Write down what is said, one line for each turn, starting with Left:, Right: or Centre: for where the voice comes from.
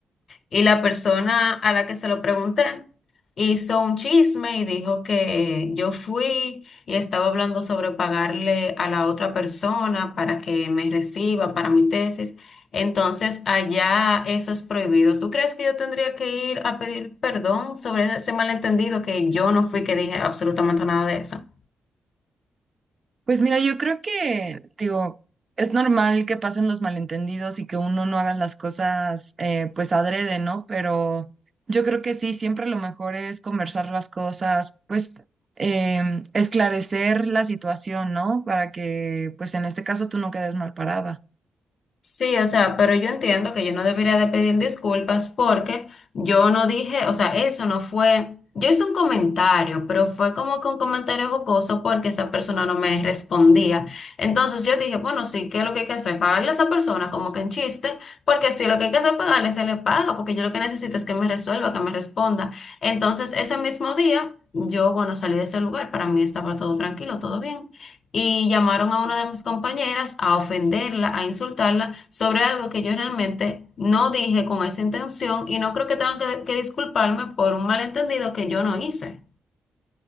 Left: Y la persona a la que se lo pregunté hizo un chisme y dijo que yo fui y estaba hablando sobre pagarle a la otra persona para que me reciba para mi tesis. Entonces, allá eso es prohibido. ¿Tú crees que yo tendría que ir a pedir perdón sobre ese malentendido que yo no fui que dije absolutamente nada de eso?
Right: Pues mira, yo creo que, digo, es normal que pasen los malentendidos y que uno no haga las cosas, eh, pues adrede, ¿no? Pero yo creo que sí, siempre lo mejor es conversar las cosas, pues em, esclarecer la situación, ¿no? Para que, pues en este caso tú no quedes mal parada.
Left: Sí, o sea, pero yo entiendo que yo no debería de pedir disculpas porque yo no dije, o sea, eso no fue, yo hice un comentario, pero fue como que un comentario jocoso porque esa persona no me respondía. Entonces yo dije, bueno, sí, ¿qué es lo que hay que hacer? Pagarle a esa persona como que en chiste, porque si lo que hay que hacer es pagarle, se le paga, porque yo lo que necesito es que me resuelva, que me responda. Entonces ese mismo día, yo, bueno, salí de ese lugar, para mí estaba todo tranquilo, todo bien y llamaron a una de mis compañeras a ofenderla, a insultarla sobre algo que yo realmente no dije con esa intención y no creo que tengan que, que disculparme por un malentendido que yo no hice.